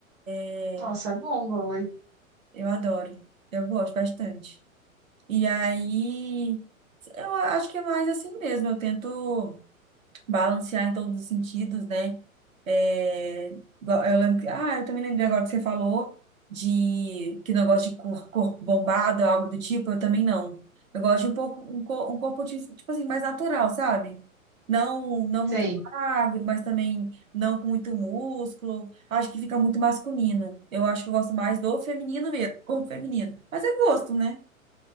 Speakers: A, on the right; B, on the right.
A: é,
B: Nossa, é bom, vou.
A: Eu adoro. Eu gosto bastante. E aí, eu acho que é mais assim mesmo. Eu tento. balancear em todos os sentidos, né? É, igual- eu lembro, que- ah, eu também lembrei agora que você falou de que não gosta de cor- corpo bombado, algo do tipo, eu também não. Eu gosto de um pouco um, cor- um corpo ti- tipo assim mais natural, sabe? Não, não
B: Sei.
A: muito magro, mas também não com muito músculo. Acho que fica muito masculino. Eu acho que eu gosto mais do feminino mesmo, corpo feminino. Mas é gosto, né?